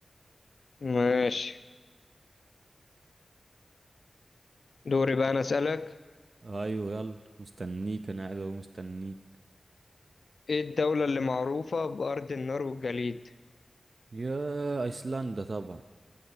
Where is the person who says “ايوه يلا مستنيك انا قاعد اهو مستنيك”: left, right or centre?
Right